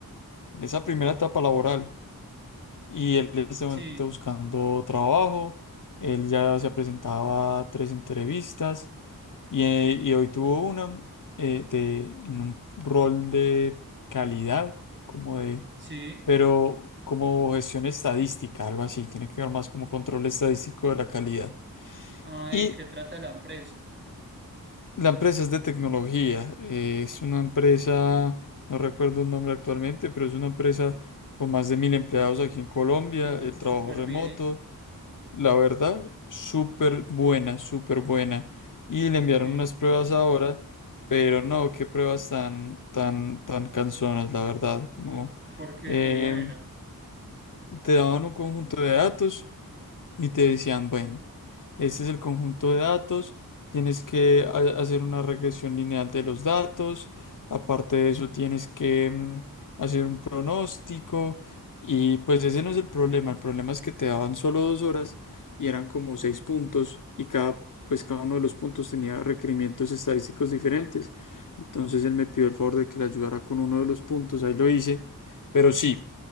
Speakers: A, on the left; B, on the right.
A: en esa primera etapa laboral y él en este
B: Sí,
A: momento está buscando trabajo. Él ya se presentaba a tres entrevistas y, eh, y hoy tuvo una eh, de, en un rol de calidad, como de,
B: sí.
A: pero como gestión estadística, algo así. Tiene que ver más como control estadístico de la calidad.
B: Ay,
A: Y
B: ¿de qué trata la empresa?
A: La empresa es de tecnología, eh, es una empresa, no recuerdo el nombre actualmente, pero es una empresa con más de mil empleados aquí en Colombia,
B: Uy,
A: el
B: súper
A: trabajo remoto,
B: bien.
A: la verdad, súper buena, súper buena. Y le enviaron
B: Sí.
A: unas pruebas ahora, pero no,
B: Mm,
A: qué pruebas tan, tan, tan cansonas, la verdad, como
B: ¿Por qué?
A: eh,
B: ¿Cómo era?
A: te daban un conjunto de datos y te decían, bueno, este es el conjunto de datos, tienes que ha- hacer una regresión lineal de los datos, aparte de eso tienes que mm, hacer un pronóstico y pues ese no es el problema, el problema es que te daban solo dos horas y eran como
B: Mm,
A: seis puntos y cada, pues cada uno de los puntos tenía requerimientos estadísticos diferentes. Entonces él me pidió el favor de que le ayudara con uno de los puntos, ahí lo hice, pero sí.